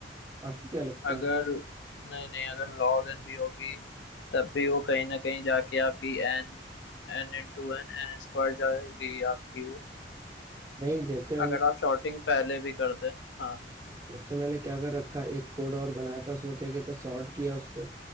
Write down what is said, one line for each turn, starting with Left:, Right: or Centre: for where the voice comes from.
Right: आपको क्या लगता
Left: अगर
Right: है
Left: नहीं नहीं अगर लॉग एन भी होगी तब भी वो कहीं ना कहीं जाके आपकी N N into N N square जाएगी आपकी वो
Right: नहीं जैसे हम
Left: अगर आप शॉर्टिंग पहले भी कर दें हाँ
Right: जैसे मैंने क्या कर रखा एक कोड और बनाया था उसमें क्या किया था सॉर्ट किया उसको